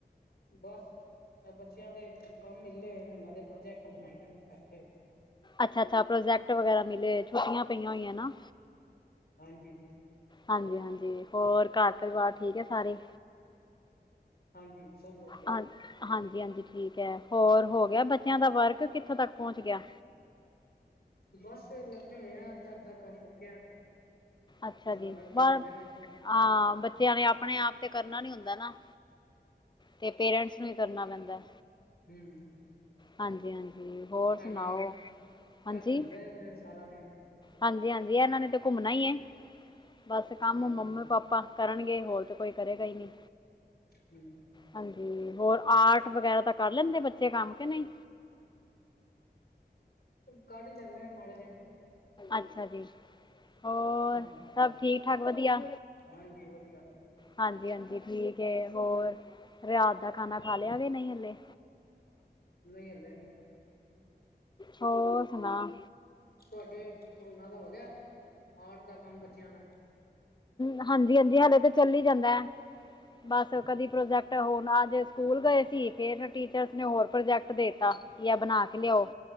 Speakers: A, on the left; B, on the left.
A: ਬਸ ਬੱਚਿਆਂ ਦੇ ਕੰਮ ਮਿਲੇ ਹੋਏ ਨੇ, ਉਹਨਾਂ ਦੇ ਪ੍ਰੋਜੈਕਟ ਬਣਾਈ ਜਾਂਦੇ ਬੈਠੇ ਹੋਏ।
B: ਅੱਛਾ- ਅੱਛਾ ਪ੍ਰੋਜੈਕਟ ਵਗੈਰਾ ਮਿਲੇ ਹੋਏ, ਛੁੱਟੀਆਂ ਪਈਆਂ ਹੋਈਆਂ ਨਾ।
A: ਹਾਂਜੀ
B: ਹਾਂਜੀ ਹਾਂਜੀ, ਹੋਰ ਘਰ ਪਰਿਵਾਰ ਠੀਕ ਹੈ ਸਾਰੇ?
A: ਹਾਂਜੀ, ਸਭ ਵਧੀਆ।
B: ਹਾਂ ਹਾਂਜੀ ਹਾਂਜੀ ਠੀਕ ਐ, ਹੋਰ ਹੋ ਗਿਆ ਬੱਚਿਆਂ ਦਾ ਵਰਕ, ਕਿੱਥੋਂ ਤੱਕ ਪਹੁੰਚ ਗਿਆ?
A: ਬਸ ਫਿਰ ਲੱਗੇ ਹੋਏ ਆ, ਅੱਧਾ ਅੱਧਾ ਕੰਮ ਮੁੱਕਿਆ।
B: ਅੱਛਾ
A: ਨਾਲ
B: ਜੀ,
A: ਨਾਲ ਕਰਾਉਂਦੇ
B: ਬਸ,
A: ਨੇ
B: ਹਾਂ ਬੱਚਿਆਂ ਨੇ ਆਪਣੇ ਆਪ ਤੇ ਕਰਨਾ ਨੀ ਹੁੰਦਾ ਨਾ। ਤੇ ਪੇਰੈਂਟਸ ਨੂੰ ਹੀ ਕਰਨਾ ਪੈਂਦਾ।
A: ਹੂ।
B: ਹਾਂਜੀ ਹਾਂਜੀ ਹੋਰ
A: ਹੈਨਾ,
B: ਸੁਣਾਓ
A: ਇਹ
B: ਹਾਂਜੀ
A: ਘੁੰਮਦੇ ਰਹਿੰਦੇ ਨੇ ਸਾਰਾ ਦਿਨ।
B: ਹਾਂਜੀ ਹਾਂਜੀ, ਇਹਨਾਂ ਨੇ ਤੇ ਘੁੰਮਣਾ ਹੀ ਏ, ਬਸ ਕੰਮ
A: ਹਾਂ
B: ਮੰਮੀ ਪਾਪਾ ਕਰਨਗੇ, ਹੋਰ ਤੇ ਕੋਈ ਕਰੇਗਾ ਹੀ ਨਹੀਂ।
A: ਹੂ।
B: ਹਾਂਜੀ, ਹੋਰ ਆਰਟ ਵਗੈਰਾ ਤਾਂ ਕਰ ਲੈਂਦੇ, ਬੱਚੇ ਕੰਮ ਕੇ ਨਹੀਂ।
A: ਕੱਢ ਲੈਂਦੇ ਮਾੜਾ ਜਿਹਾ।
B: ਅੱਛਾ ਜੀ, ਹੋਰ
A: ਹਾਂ
B: ਸਭ ਠੀਕ ਠਾਕ ਵਧੀਆ?
A: ਹਾਂਜੀ ਵਧੀਆ
B: ਹਾਂਜੀ ਹਾਂਜੀ ਠੀਕ ਏ, ਹੋਰ? ਰਾਤ ਦਾ ਖਾਣਾ ਖਾ ਲਿਆ, ਕਿ ਨਹੀਂ ਹਲੇ,
A: ਨਹੀਂ ਹੱਲੇ ਨੀ।
B: ਹੋਰ ਸੁਣਾ।
A: ਤੁਹਾਡੇ ਉਹਨਾਂ ਦਾ ਹੋ ਗਿਆ, ਆਰਟ ਦਾ ਕੰਮ ਬੱਚਿਆਂ ਦਾ।
B: ਹ ਹਾਂਜੀ -ਹਾਂਜੀ ਹਲੇੇ ਤੇ ਚੱਲ ਹੀ ਜਾਂਦਾ ਹੈ। ਬਸ ਕਦੀ ਪ੍ਰੋਜੈਕਟ ਹੋਣ, ਅੱਜ ਸਕੂਲ ਗਏ ਸੀ, ਫੇਰ ਟੀਚਰਸ ਨੇ ਹੋਰ ਪ੍ਰੋਜੈਕਟ ਦੇਤਾ। ਬੀ ਐ ਬਣਾ ਕੇ ਲਿਆਓ,